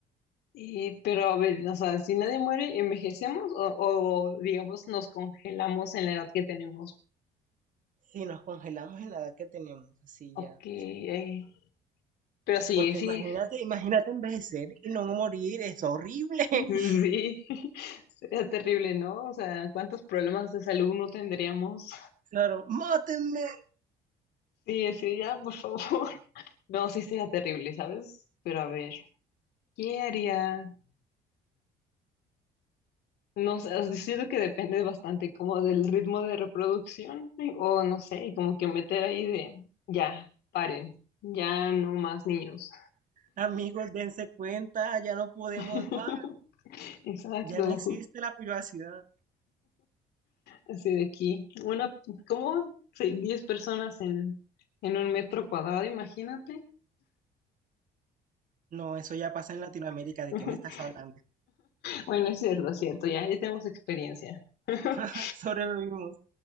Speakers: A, on the left (about 75°); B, on the right (about 50°).
A: Eh, pero a ver, o sea, si nadie muere, ¿envejecemos o, o, digamos nos congelamos en la edad que tenemos?
B: Si nos congelamos en la edad que tenemos, así
A: Ok,
B: ya.
A: eh, pero sí,
B: Porque
A: sí,
B: imagínate, imagínate envejecer y no morir, es horrible.
A: <laughs> sí,
B: <laughs>
A: <laughs> sería terrible, ¿no? O sea, ¿cuántos problemas de salud no tendríamos?
B: Claro, mátenme.
A: Sí, así, ya, por favor. <laughs> No, sí sería terrible, ¿sabes? Pero a ver, ¿qué haría? No sé, os siento que depende bastante como del ritmo de reproducción <laughs> y- o no sé, y como que meter ahí de, ya, paren, ya no más niños.
B: Amigos, dense cuenta, ya no podemos
A: <laughs>
B: más,
A: Exacto,
B: ya no existe la privacidad.
A: así de aquí. Una, ¿cómo? Sí, 10 personas en, en un metro cuadrado, imagínate.
B: No, eso ya pasa en Latinoamérica, ¿de
A: <laughs>
B: qué me estás hablando?
A: Bueno, es cierto, es cierto, ya, ya tenemos experiencia. <laughs>
B: <laughs> Sobrevivimos.